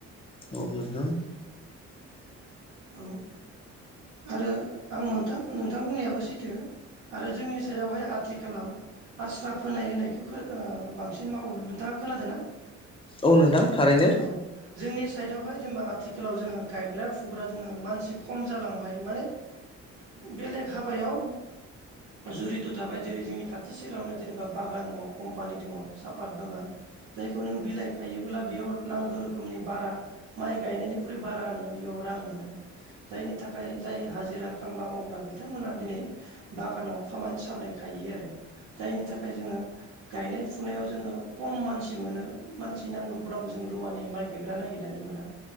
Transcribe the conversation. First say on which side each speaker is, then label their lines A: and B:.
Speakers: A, on the left; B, on the right.
A: औ नोंथां।
B: औ आरो आं मोनथा नोंथां बुंनायाबो सैथो आरो जोंनि साइदआवहाय आथिखालाव आस्रा फोनाय होनायखौ खो ओ बांसिन मावो नोंथाङा खोनादो ना?
A: औ नोंथां थारैनो।
B: औ जोंनि साइडआवहाय जेनेबा आथिखालाव जोङो गायग्रा फुग्रा जोङो मानसि खम जालांबाय माने बेलेग हाबायाव जुरित' थाबाय जेरै जोंनि खाथि सेरावनो जेनेबा बागान दङ कम्पानि दङ सापात बागान जायखौ नोङो बिलाइ खायोब्ला बेयाव नांगौ रोखोमनि बारा माइ गायनायनिख्रुइ बारा नोङो बेयाव रां मोनो जायनि थाखाय जाय हाजिरा खामला मावग्रा बिथांमोनहा दिनै बागानाव खामानि साबलाय खायो आरो जायनि थाखाय जोङो गायनाय फुनायाव जोङो खम मानसि मोनो मानसि नांगौब्लाबो जों रुवानि माइ गायग्रा नागिरनानै मोना